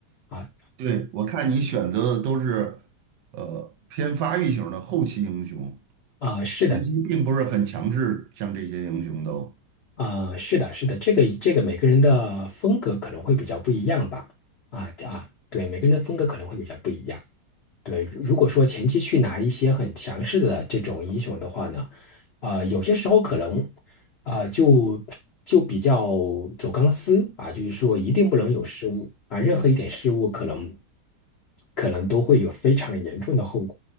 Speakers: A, on the left; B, on the right.
A: 啊
B: 对，我看你选择的都是，呃，偏发育型的后期英雄，
A: 啊，是的，
B: 前期并不是很强势，像这些英雄都。
A: 啊是的，是的，这个这个每个人的风格可能会比较不一样吧。啊啊，对，每个人的风格可能会比较不一样。对，如如果说前期去拿一些很强势的这种英雄的话呢，啊、有些时候可能啊、就就比较走钢丝啊，就是说一定不能有失误啊，
B: 嗯
A: 任何一点失误可能可能都会有非常严重的后果